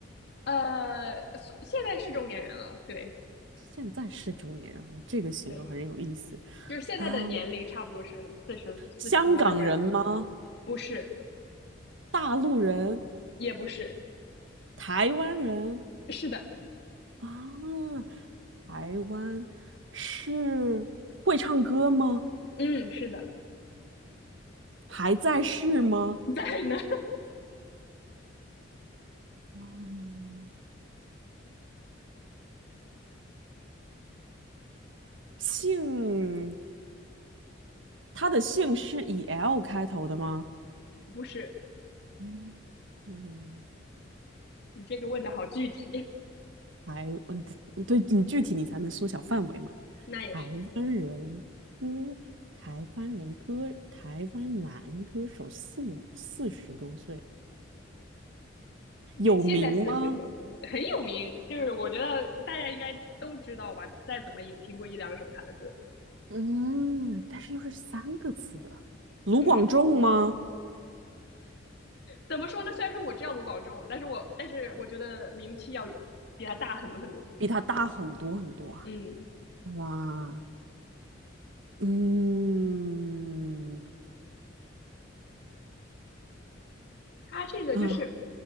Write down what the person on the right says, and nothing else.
现在是中年人了，这个形容很有意思。
啊，香港人吗？
大陆人、
台湾人
啊，台湾是会唱歌吗？
还在世吗？
嗯姓，他的姓是以 L 开头的吗？
嗯嗯，
台，嗯，对你具体你才能缩小范围嘛。
台湾人歌，
台湾人歌，台湾男歌手四五四十多岁，有名吗？
嗯，但是又是三个字的，卢广仲吗？
比他大很多很多啊。
哇，嗯，
啊，